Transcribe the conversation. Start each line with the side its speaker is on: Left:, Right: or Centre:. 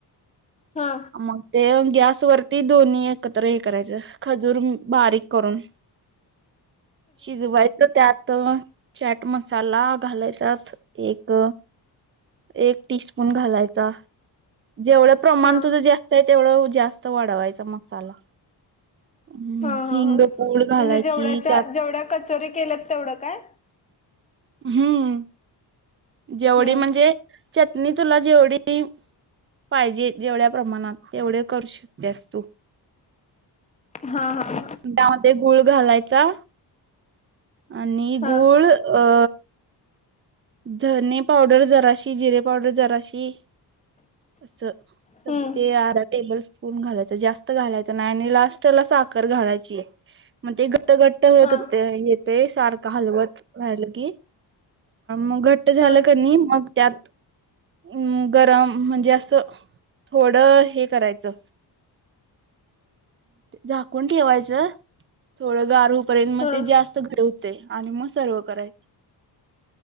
Left: हा
Right: मग ते गॅस वरती दोन्ही एकत्र हे करायचं खजूर बारीक करून शिजवायचं त्यात तर चॅट मसाला घालायचा एक एक टीस्पून घालायचा. जेवढं प्रमाण
Left: हा
Right: तुझं जास्त आहे. तेवढं जास्त वाढवायच मसाला हम्
Left: हा हा
Right: हिंगपूर
Left: हा
Right: घालाची
Left: म्हणजे जेवढ्याच्या
Right: चार
Left: जेवढ्या कचोरी केल्यात तेवढं काय
Right: हम्म. जेवढी
Left: हम्म
Right: म्हणजे चटणी तुला जेवढी पाहिजे जेवढ्या प्रमाणात तेवढे करू शकतेस तू
Left: हा हा
Right: त्यामध्ये गुळ घालायचा. आणि
Left: हा
Right: गूळ अ धने पावडर जराशी जिरे पावडर जराशी अस तर
Left: हम्म
Right: ते अर्धा टेबल स्पून घालायचं जास्त घालायचं नाही. आणि लास्टला साखर घालायची आहे. मग ते घट्ट घट्ट होत
Left: हा
Right: होते येते सारखं हलवत रायलं कीही मग घट्ट झालं
Left: हा
Right: क नाही मग त्यात अम् गरम म्हणजे असं थोडं हे करायचं. झाकून ठेवायचं थोडं गारू र्यंत मग
Left: हा
Right: ते जास्त घेवते आणि मग सर्व करायच.